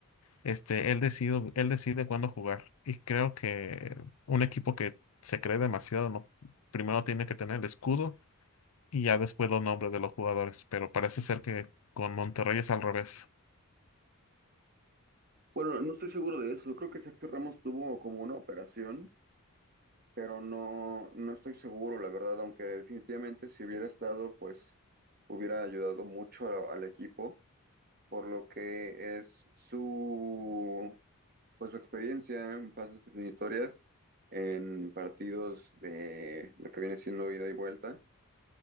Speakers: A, on the left (about 80°); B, on the right (about 45°).
A: este, él decide, él decide cuándo jugar. Y creo que un equipo que se cree demasiado, no, primero tiene que tener el escudo y ya después los nombres de los jugadores. Pero parece ser que con Monterrey es al revés.
B: Bueno, no estoy seguro de eso. Creo que Sergio Ramos tuvo como una operación, pero no, no estoy seguro, la verdad, aunque definitivamente si hubiera estado, pues hubiera ayudado mucho a- al equipo por lo que es su, pues, su experiencia en fases definitorias, en partidos de lo que viene siendo ida y vuelta,